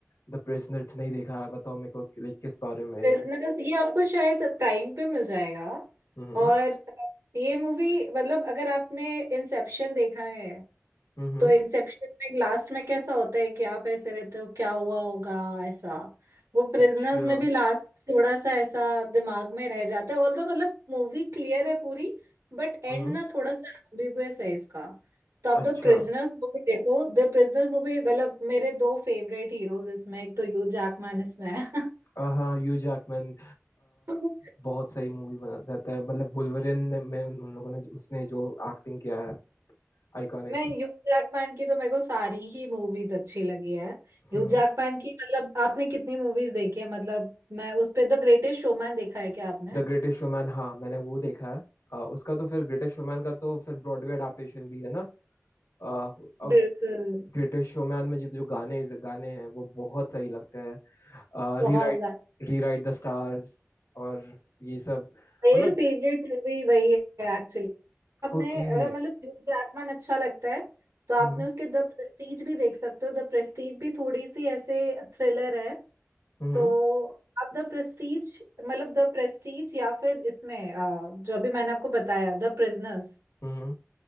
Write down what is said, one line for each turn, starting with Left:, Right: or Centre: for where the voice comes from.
Left: द प्रिजनर्स नहीं देखा है बताओ मेरे को लाइक किस बारे में
Right: प्रिजनर्स
Left: है ये
Right: ये आपको शायद प्राइम पे मिल जाएगा
Left: हम्म
Right: और ये मूवी मतलब अगर आपने इंसेप्शन देखा है
Left: हम्म
Right: तो इंसेप्शन में लास्ट में कैसा होता है कि आप ऐसे रहते हो क्या हुआ होगा ऐसा वो प्रिजनर्स
Left: अच्छा हम्म
Right: में भी लास्ट थोड़ा सा ऐसा दिमाग में रह जाता है ऑल्दो मतलब मूवी क्लियर है पूरी बट एंड
Left: हम्म।
Right: ना थोड़ा सा एम्बिगुअस है इसका तो आप
Left: अच्छा
Right: द प्रिजनर्स मूवी देखो द प्रिजनर्स मूवी मतलब मेरे दो फेवरेट हीरोज इसमें एक तो ह्यू जैकमैन इसमें है
Left: अ, हाँ ह्यू जैकमैन
Right: <laughs>
Left: बहुत सही मूवी बना देता है मतलब वुल्वरिन में उन, उन लोगों ने उसने जो एक्टिंग किया है iconic
Right: मैं ह्यू जैकमैन की तो मेरे को सारी ही मूवीज अच्छी लगी है
Left: Hmm
Right: ह्यू जैकमैन की मतलब आपने कितनी मूवीज देखी है मतलब मैं उस पे द ग्रेटेस्ट शोमैन देखा है क्या आपने
Left: The Greatest Showman हाँ मैंने वो देखा है अ, उसका तो फिर ग्रेटेस्ट शोमैन का तो फिर ब्रॉडवे अडेप्टेशन भी है ना अ, अब
Right: बिल्कुल
Left: ग्रेटेस्ट शोमैन में जो जो गाने गाने हैं वो बहुत सही लगते हैं
Right: बहुत
Left: रीराइट
Right: ज्यादा
Left: रीराइट द स्टार्स और ये सब
Right: मेरी
Left: मतलब
Right: फेवरेट मूवी वही है एक्चुअली आपने
Left: ओके
Right: अगर मतलब ह्यू जैकमैन अच्छा लगता है तो आपने
Left: हम्म
Right: उसके द प्रेस्टीज भी देख सकते हो द प्रेस्टीज भी थोड़ी सी ऐसे थ्रिलर है
Left: हम्म
Right: तो आप द प्रेस्टीज मतलब द प्रेस्टीज या फिर इसमें अ, जो अभी मैंने आपको बताया द प्रिजनर्स
Left: हम्म